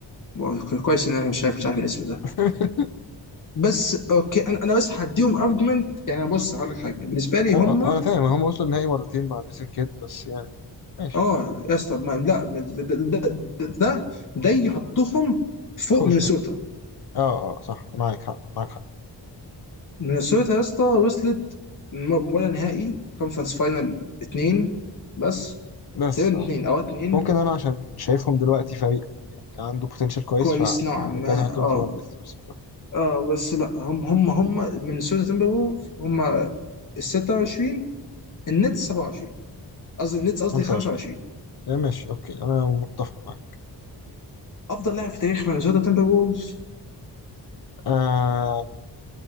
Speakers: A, on the left; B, on the left.
A: واو، كويس ان انا مش عارف مش عارف الاسم ده
B: <laughs>
A: بس اوكي انا انا بس هديهم ارجمنت يعني بص هقول لك حاجه بالنسبه لي
B: هو
A: هم
B: آه، انا فاهم هم وصلوا النهائي مرتين مع جيسون كيد بس يعني ماشي
A: اه يا اسطى ما لا ما- ده ده ده, ده ده يحطهم فوق
B: فوق
A: مينيسوتا
B: شويه اه اه آه، صح معاك حق معاك حق
A: مينيسوتا يا اسطى وصلت م- ولا نهائي كونفرنس فاينل اتنين بس
B: بس
A: تقريبا
B: اه
A: اتنين او اتنين
B: ممكن انا عشان شايفهم دلوقتي فريق عنده بوتنشال كويس
A: فكويس
B: فكنت
A: نوعا ما
B: عايز احطهم
A: اه
B: فوق النست بس مش أكتر.
A: اه بس لا هم هم هم مينيسوتا تيمبرولف هم ال 26 النتس 27 قصدي النتس قصدي
B: 25
A: 25
B: آه، ماشي اوكي انا متفق معاك
A: افضل لاعب في تاريخ مينيسوتا تمبر وولز
B: آه